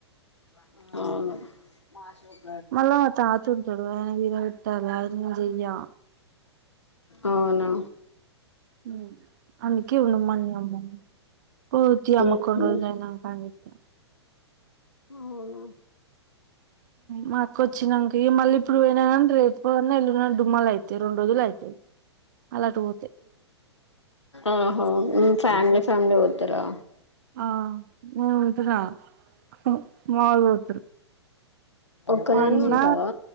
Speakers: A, on the left; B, on the right.
A: అవును
B: మళ్ళా మా తాత ఉంటడు ఆయనకి తినబెట్టాలే అవన్నీ నే చెయ్య
A: అవునా
B: హు అందుకే ఉండమన్నము పోతి అమ్మ
A: ఉహు
B: కొన్ని రోజులైనా పనికి
A: అవునా
B: మా అక్క వచ్చినంకే మళ్ళీ ఇప్పుడు పోయిన కాన్ రేపు పోవాలా ఎల్లుండన్న డుమ్మాలు అయితయి రెండు రోజులు అయితయి మళ్ళ అటు పోతే
A: ఓహో మీ ఫ్యామిలీసు అందరు పోతారా
B: ఆ మీరుపోతారా ఆ మవోళ్ళు పోతరు
A: ఒక్కదానివే
B: మా అన్న
A: ఉంటావా